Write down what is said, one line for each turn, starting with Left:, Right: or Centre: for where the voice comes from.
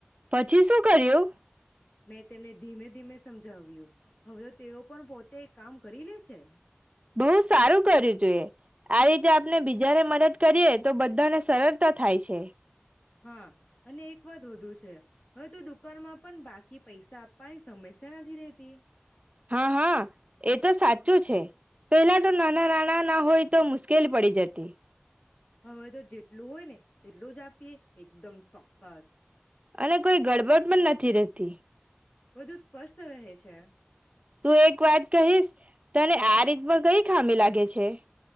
Right: પછી શું કર્યું
Left: મેં તેમને ધીમે ધીમે સમજાવ્યો. હવે તો તેઓ પણ પોતે કામ કરી લે છે. છે.
Right: બહુ સારું કર્યું તુંએ, આ રીતે આપને બીજાને મદદ કરીએ તો બધાને સરળતા થાય છે.
Left: હા અને એક વાત વધુ છે, હવે તો દુકાનમાં પણ બાકી પૈસા પાણી સમસ્યા નથી રતી.
Right: હા, હા, એ તો સાચું છે, પેલા તો નાના નાના ના હોય, તો મુશ્કેલ પડી જતી.
Left: હવે તો જેટલું હોય ને તેટલું જ આપીએ એકદમ ચોક્કસ.
Right: અને કોઈ ગડબડ પણ નથી રેહતી.
Left: વધુ સ્પષ્ટ રહે છે.
Right: તું એક વાત કહીશ, તને આ રીતમાં કઈ ખામી લાગે છે?